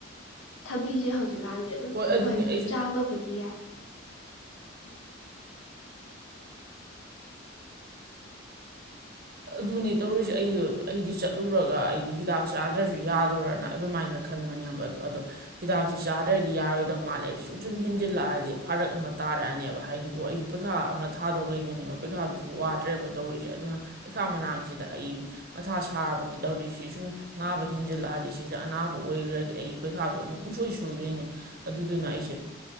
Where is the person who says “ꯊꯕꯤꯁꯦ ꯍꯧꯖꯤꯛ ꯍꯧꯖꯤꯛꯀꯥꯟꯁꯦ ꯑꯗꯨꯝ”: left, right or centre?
Left